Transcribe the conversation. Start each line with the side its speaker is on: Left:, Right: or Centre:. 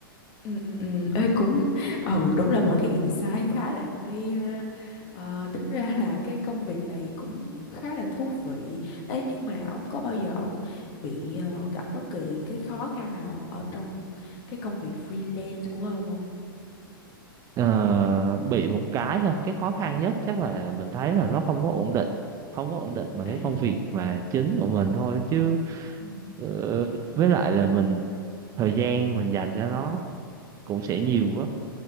Left: Ừ, ừ, ừ. Ê, cũng ừ đúng là một cái insight khá là hay ha ờ, tính ra là cái công việc này cũng khá là thú vị Ê, nhưng mà ông có bao giờ ông bị ờ, gặp bất kỳ cái khó khăn nào ở trong cái công việc freelance của ông không
Right: Ờ, bị một cái thôi cái khó khăn nhất chắc là mình thấy là nó không có ổn định không có ổn định mà
Left: à
Right: cái công việc mà chính của mình thôi chứ
Left: ừ
Right: ờ, với lại là mình thời gian mình dành cho nó cũng sẽ nhiều quá